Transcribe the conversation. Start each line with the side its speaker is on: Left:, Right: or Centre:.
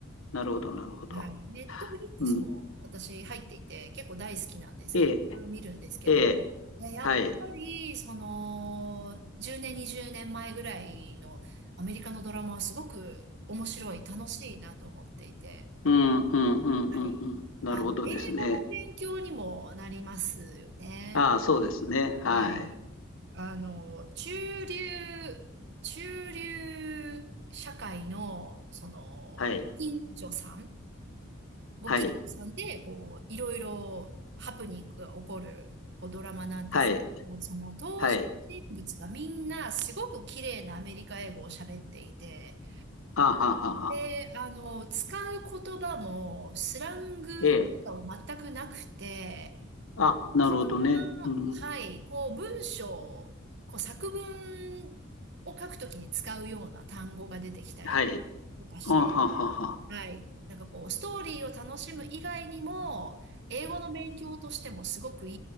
Left: なるほど、
Right: と
Left: なるほど。
Right: はい。ネットフリックスも私入っていて、
Left: うん。
Right: 結構大好きなんですけど、
Left: ええ、
Right: いろいろ見るんですけど、
Left: ええ。
Right: いややっぱり、
Left: はい。
Right: その、10年、20年前ぐらいのアメリカのドラマはすごく面白い、楽しいなと思っていて、
Left: うん、うん、うん、
Right: はい。
Left: うん、うん。なるほどですね。
Right: あの、英語の勉強にもなりますよね。
Left: ああ、そうですね。はい。
Right: はい。あの、中流、中流社会の、その、
Left: はい。
Right: ご近所さん、ご近所さんで、
Left: はい。
Right: こう、いろいろハプニングが起こる、こう、ドラマなんですけど、
Left: はい。
Right: その登場人物がみんなすごく綺麗なアメリカ英語を喋っていて、
Left: はい。ああ、はあはあはあ。
Right: で、あの、使う言葉もスラングとかは全くなくて、
Left: ええ。あ、
Right: 自分な、
Left: なるほどね。うん。
Right: はい、こう文章、こう作文を書くときに使うような単語が出てきたりとかして、
Left: はい。あははは。
Right: はい、なんかこうストーリーを楽しむ以外にも、英語の勉強としてもすごくい